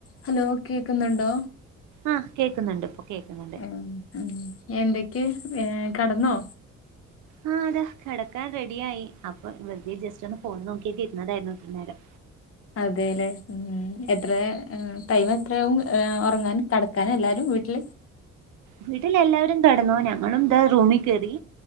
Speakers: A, on the left (about 50°); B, on the right (about 80°).
A: ഹലോ കേക്കുന്നുണ്ടോ
B: ആഹ് കേക്കുന്നുണ്ട് ഇപ്പൊ കേക്കുന്നുണ്ട്
A: ഉം ഉം എന്തൊക്കെ ഏഹ് കെടന്നോ
B: ആ അതാ കിടക്കാൻറെഡിയായി. അപ്പൊ വെറുതെ ജസ്റ്റ് ഒന്ന് ഫോൺ നോക്കിട്ട് ഇരുന്നതായിരുന്നു. ഇത്ര നേരം.
A: അതെല്ലേ ഉം എത്ര ടൈമ എത്രവും ഉറങ്ങാൻ കടക്കാനും എല്ലാവരും വീട്ടില്.
B: വീട്ടിൽ എല്ലാവരും കടന്നു ഞങ്ങളുംന്താ റൂമിൽ കയറി.